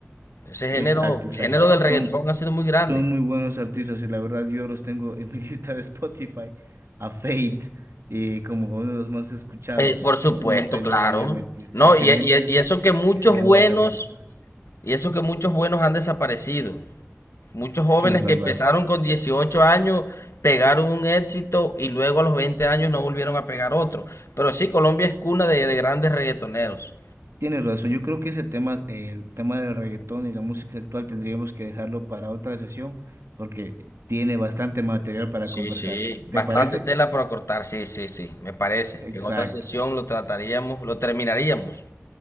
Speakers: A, on the left; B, on the right.
A: ese género,
B: Exacto,
A: el
B: exacto.
A: género del reggaetón
B: Son,
A: ha sido muy grande.
B: son muy buenos artistas y la verdad yo los tengo en mi <laughs> lista de Spotify, a Fate, eh, como uno de los más escuchados.
A: Eh, por supuesto,
B: No te
A: claro.
B: lo voy a mentir.
A: No,
B: Excelentes,
A: y, y- y eso que muchos
B: excelentes
A: buenos,
B: artistas.
A: y eso que muchos buenos han desaparecido. Muchos jóvenes
B: Eso es verdad.
A: que empezaron con 18 años pegaron un éxito y luego a los 20 años no volvieron a pegar otro. Pero sí, Colombia es cuna de, de grandes reggaetoneros.
B: Tienes razón. Yo creo que ese tema, eh, el tema del reggaetón y la música actual tendríamos que dejarlo para otra sesión porque tiene bastante material para
A: Sí,
B: conversar.
A: sí, bastante
B: ¿Te parece?
A: tela para cortar, sí, sí, sí, me parece
B: Exacto.
A: que en otra sesión lo trataríamos, lo terminaríamos.